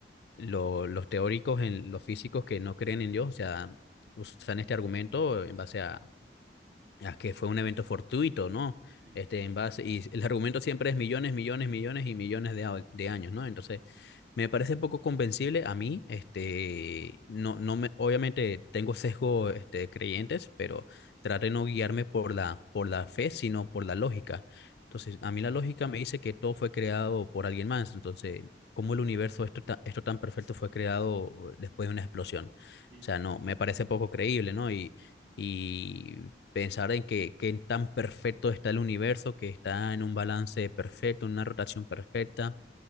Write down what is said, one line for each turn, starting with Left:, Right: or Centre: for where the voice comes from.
Left: lo- los teóricos, en, los físicos que no creen en Dios, o sea, usan este argumento en base a, a que fue un evento fortuito, ¿no?
Right: Sí,
Left: Este, en base, y el argumento siempre es millones, millones, millones y millones de, a- de años, ¿no? Entonces, me parece poco convencible a mí, este, no, no me, obviamente tengo sesgo, este, de creyentes, pero trato de no guiarme por la, por la fe, sino por la lógica. Entonces, a mí la lógica me dice que todo fue creado por alguien más, entonces, ¿cómo el universo, esto, ta- esto tan perfecto, fue creado después de una explosión?
Right: sí,
Left: O sea,
Right: sí.
Left: no, me parece poco creíble, ¿no? Y, y pensar en que, que tan perfecto está el universo, que está en un balance perfecto, en una rotación perfecta